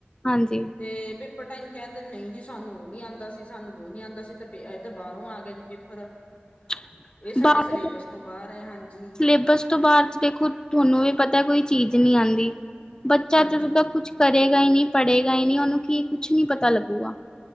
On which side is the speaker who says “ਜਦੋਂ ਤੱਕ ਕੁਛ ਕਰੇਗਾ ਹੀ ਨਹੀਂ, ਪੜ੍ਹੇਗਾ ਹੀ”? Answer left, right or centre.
Left